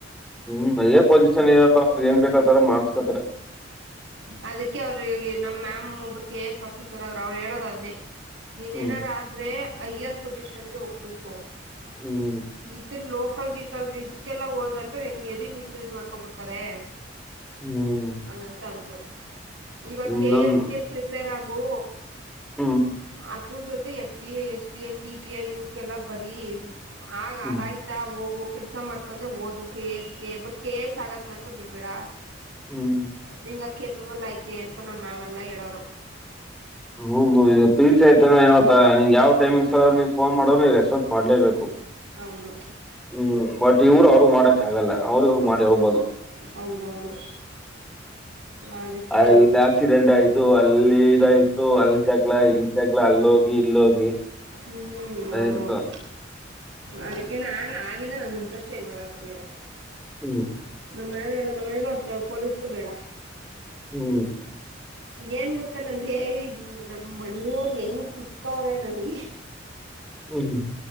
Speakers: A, in the centre; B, on the right.
A: ಹ್ಮ ಅದೇ ಪೊಸಿಷನ್ ಇರಲ್ಲ ಅವ ಏನ್ ಬೇಕತಾರ ಮಾಡ್ಸ್ಕತ್ತಾರೆ.
B: ಅದಕ್ಕೆ ಅವ್ರ ನಮ್ಮ ಮ್ಯಾಮ್ ಒಬ್ರು ಕೆ ಎ ಎಸ್ ಆಫೀಸರ್ಗ್ರ ಅವ್ರು ಹೇಳೋದದ್ನೇ. ನೀನ್
A: ಹ್ಮ್
B: ಎನಾರ ಆದ್ರೆ ಅಯ್ಯರ್ ಪೊಸಿಷನ್ಗೆ ಹೋಗ್ಬೇಕು
A: ಹ್ಮ್
B: ಈತರ ಲೋಕ್ ಕಲ್ಗ ಗಿಕಲ್ ಇದಕ್ಕೆಲ್ಲಾ ಹೋದ್ರ ಅಂತೂ ನಿನ್ಗೆ ಭ ಮಿಸ್ಯೂಜ್ ಮಾಡ್ಕೊಬಿಡ್ತಾರೆ.
A: ಹ್ಮ್
B: ಹಂಗ ಅಂತ ಅಂದ್ರು. ಇವಾಗ
A: ಇನ್ನೊಂದು
B: ಕೆ ಎಸ್ ಗೆ ಪ್ರಿಪೇರ್ ಆಗು.
A: ಹ್ಮ್
B: ಆತರ್ ಜೊತೆ F D A S T A C T A ಇವಕ ಎಲ್ಲ ಬರೀ. ಆ
A: ಹ್ಮ್
B: ಅದಾಯ್ತಾ ಹೋಗು. ಕೆಲ್ಸ ಮಾಡ್ಕೊಂಡೆ ಓದು ಕೆ ಎಸ್ಗೆ ಬಟ್ ಕೆ ಎಸ್ ಆಗದ್ ಮಾತ್ರ ಬಿಡ್ಬೇಡ.
A: ಹ್ಮ.
B: ನಿಂಗೆ ಕೇಪಬಲ್ ಐತಿ ಅಂದಕ ನ ಮ್ಯಾಮೆಲ್ಲ ಹೇಳೋರು.
A: ಹೌದು ಈಗ ಪಿ ಸಿ ಐತೆನತ ನೀ ಯಾವ ಟೈಮಿಗ ಸರ್ ನೀ ಫೋನ್ ಮಾಡೋ ನೀ ರೆಸ್ಪಾನ್ಸ್ ಮಾಡ್ಲೇಬೇಕು.
B: ಹೌದು.
A: ಹ್ಮ್ ಬಟ್ ಇವ್ರ ಅವ್ರ ಮಾಡಕ್ ಆಗಲ್ಲ ಅವ್ರ ಇವರಿಗೆ
B: ಹ್ಮ್.
A: ಮಾಡಿ ಹೋಗ್ಬಹುದು
B: ಹೌದೌದು ಅದಕ್ಕೆ
A: ಅಲ್ಲಿ ಆಕ್ಸಿಡೆಂಟ್ ಆಯ್ತು ಅ ಅಲ್ಲಿ ಇದಾಯ್ತು ಅಲ್ ಜಗಳ ಇಲ್ ಜಗಳ ಅಲ್ಲೋಗಿ ಇಲ್ಲೋಗಿ
B: ಹ್ಮ್
A: ಸತ
B: ಹೌದೌದು
A: <unintelligible>
B: ಅದಕ್ಕೆ ನಾನ ಆಗಿಂದ ನನ್ಗೆ ಇಂಟ್ರೆಸ್ಟ ಇಲ್ವಲ್ಲತ್ತ ಮೇಲೆ
A: ಹ್ಮ್
B: ನಮ್ಮ ಮನೇ ಎಲ್ಲ ನಮ್ಮ ಮನೇನ ಅಷ್ಟೇ ಪೊಲೀಸ್ ಬೇಡ
A: ಹ್ಮ್
B: ಏನ್ ಗೊತ್ತ ನನ್ಗೆ ಈಗ ನಮ ಮನೆಯವ್ರ ಹೆಂಗ ಸಿಕ್ಕವ್ರೆ ನನ್ಗೆ
A: ಹ್ಮ್ ಹ್ಮ್